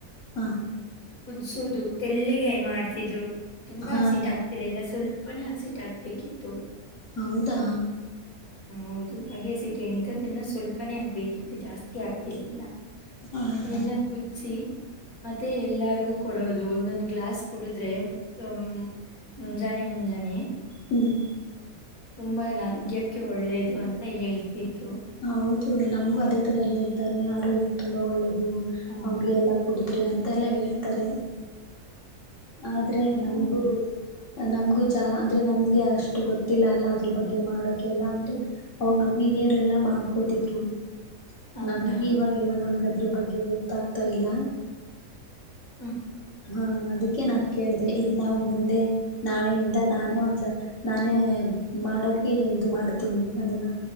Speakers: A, on the left (about 60°); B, on the left (about 75°).
A: ಹಾ.
B: ಕುದಸೋದು ತೆಲ್ಲಿಗೆ ಮಾಡ್ತಿದ್ರು ತುಂಬಾ
A: ಹಾ
B: ಹಸಿಟ್ ಆಗ್ತಿಲ್ಲ ಎಲ್ಲ ಸ್ವಲ್ ಪನೆ ಹಸಿಟ ಹಾಕಬೇಕಿತ್ತು.
A: ಹೌದಾ.
B: ಹೌದು ರಾಗೇ ಸಿಟ ಏನಿತ್ತು ಅದನ್ನ ಸ್ವಲ್ಪನೇ ಆಗ್ಬೇಕಿತ್ತು ಜಾಸ್ತಿ ಆಗ್ತಿರ್ಲಿಲ್ಲ.
A: ಹೌದಾ
B: ಇನ್ನೆಲ್ಲಾ ಕುದಿಸಿ. ಮತ್ತೆ ಎಲ್ಲರಿಗೂ ಕೊಡೋದು ಒಂದೊಂದ್ ಗ್ಲಾಸ್ ಕುಡಿದ್ರೆ ಹ್ಮ್. ಮುಂಜಾನೆ ಮುಂಜಾನೆ.
A: ಹ್ಮ್
B: ತುಂಬ ಆರೋಗ್ಯಕ್ಕೆ ಒಳ್ಳೇದು ಅಂತ ಹೇಳ್ತಿದ್ರು.
A: ಹೌದು ನಮಗೂ ಅದೇ ತರ ಹೇಳ್ತಾರೆ ಆರೋಗ್ಯಕ್ಕೆ ತುಂಬಾ ಒಳ್ಳೇದು
B: ಹೌದು
A: ಅಂಬಳ ಎಲ್ಲ ಕುಡಿದ್ರೆ ಅಂತ. ಮತ್ತ ಎಲ್ಲ ಹೇಳ್ತಾರೆ. ಆದ್ರೆ ನಮಗೂ.
B: ಹೌದು
A: ನಮ್ಗು ಜಾ ಅಂದ್ರೆ ನಮ್ಗೆ ಅಷ್ಟು ಗೊತ್ತಿಲ್ಲ ಅಲ್ಲ ಅದ್ರ ಬಗ್ಗೆ ಮಾಡೋಕ ಎಲ್ಲ ಅಂದ್ರೆ ಅವಾಗ ನಮ ಹಿರಿಯರ್ ಎಲ್ಲ ಮಾಡ್ಕೋತಿದ್ರು.
B: ಹೌದಾ
A: ನಮ್ಗೆ ಇವಾಗೆಲ್ಲಾ ನಮ್ಗದ್ರ ಬಗ್ಗೆ ಗೊತ್ತಾಗ್ತಾ ಇಲ್ಲ.
B: ಹ.
A: ಹಾ ಅದ ಕೆ ನಾ ಕೇಳಿದೆ ಈಗ ನಾವು ಮುಂದೆ ನಾಳೆಯಿಂದ ನಾನೇ ಒಂದಸ ನಾನೇ ಮಾಡ ಡೋಕೆ ಇದು ಮಾಡ್ತೀನಿ ಅದನ್ನ